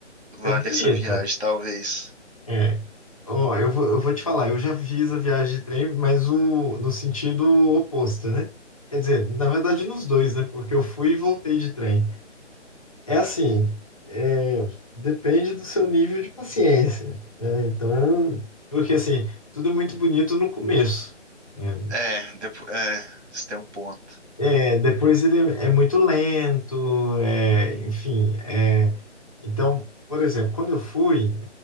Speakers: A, on the right; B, on the left.
A: vale
B: é bonito.
A: essa viagem, talvez.
B: É. Ó, eu vou, eu vou te falar, eu já fiz a viagem de trem, mas o, no sentido oposto, né? Quer dizer, na verdade nos dois, né? Porque eu fui e voltei de trem. É assim, é, depende do seu nível de paciência, né? Então, porque assim, tudo é muito bonito no começo, né?
A: É, depois, é, você tem um ponto.
B: É, depois ele é muito lento, é, enfim. é, então, por exemplo, quando eu fui,